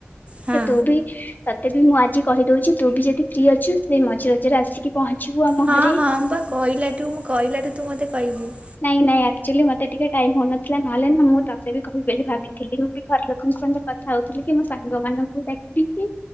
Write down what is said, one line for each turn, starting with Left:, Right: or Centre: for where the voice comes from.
Right: ହଁ
Left: ତୁ ବି ତତେ ବି ମୁଁ ଆଜି କହିଦଉଛି ତୁ ବି ଯଦି ଫ୍ରି ଅଛୁ ସେ ମଝି ରଜରେ ଆସିକି ପହଞ୍ଚିବୁ ଆମ
Right: ହଁ
Left: ଘରେ
Right: ହଁ ମୁଁ ପା କହିଲାଠୁ ମୁଁ କହିଲାଠୁ ତୁ ମତେ କହିବୁ।
Left: ନାଇଁ ନାଇଁ ଆକ୍ଚୁଆଲି ମତେ ଟିକେ ଟାଇମ ହଉନଥିଲା ନହେଲେ ନା ମୁଁ ତତେ ବି କହି ବୋଲି ଭାବଥିଲି। ମୁଁ ବି ଘର ଲୋକଙ୍କ ସହିତ ହଉଥିଲି କି ମୋ ସାଙ୍ଗ ମାନଙ୍କୁ ଡାକିକି